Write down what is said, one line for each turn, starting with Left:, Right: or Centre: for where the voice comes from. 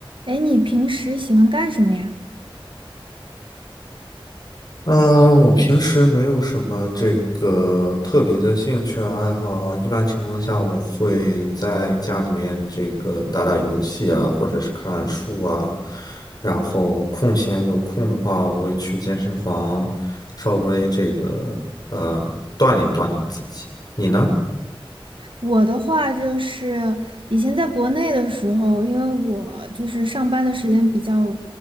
Right: 哎，你平时喜欢干什么呀？
Left: 嗯，呃我平时没有什么这个特别的兴趣啊爱好啊一般情况下我会在家里面这个打打游戏啊，或者是看书啊，然后空闲有空的话，我会去健身房稍微这个呃锻炼锻炼自己。你呢？
Right: 我的话就是以前在国内的时候，因为我就是上班的时间比较